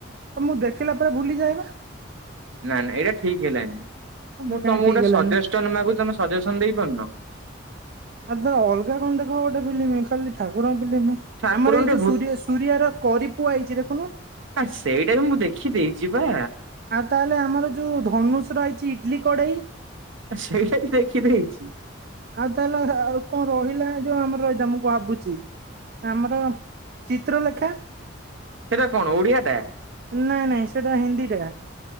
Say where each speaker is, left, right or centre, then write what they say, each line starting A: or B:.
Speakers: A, on the right; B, on the right.
A: ତ ମୁଁ ଦେଖିଲା ପରେ ଭୁଲି ଯାଏବା।
B: ନାଁ ନାଁ ଏଇଟା ଠିକ୍ ହେଲାନି ମୁଁ
A: କାହିଁ
B: ତମକୁ
A: ଠିକ
B: ଗୋଟେ
A: ହେଲାନି
B: ସଜେଷ୍ଟନ୍ ମାଗୁଚି ତମେ ସଜେସନ୍ ଦେଇପାରୁନ।
A: ଆଉ ତାର ଅଲଗା କଣ ଗୋଟେ ଦେଖ ଫିଲ୍ମ୍ ଖାଲି ଠାକୁରଙ୍କ ଫିଲ୍ମ୍
B: ଠାକୁରଙ୍କୁ
A: ଆମର ଏଇ
B: ଟିକେ
A: ଯୋଉ
B: ଭୂତ
A: ସୁରି ସୁରିଆର କରି ପୁଅ ଆଇଚି ଦେଖୁନୁ?
B: ଆ ସେଇଟା ବି ମୁଁ ଦେଖି ଦେଇଚି ପା।
A: ଆଉ ତାହେଲେ ଆମର ଯୋଉ ଧନୁଷ୍ ଆଇଚି ଇଡଲି କଡେଇ
B: ସେଇଟା ବି ଦେଖି ଦେଇଛି।
A: ଆଉ ତାହେଲେ ଆଉ କଣ ରହିଲା ଯୋଉ ଆମର <unintelligible> ମୁଁ ଭାବୁଛି। ଆମର ଚିତ୍ର ଲେଖା
B: ସେଇଟା କଣ ଓଡିଆ ଟା
A: ନାଇଁ ନାଇଁ ସେଟା ହିନ୍ଦୀଟା।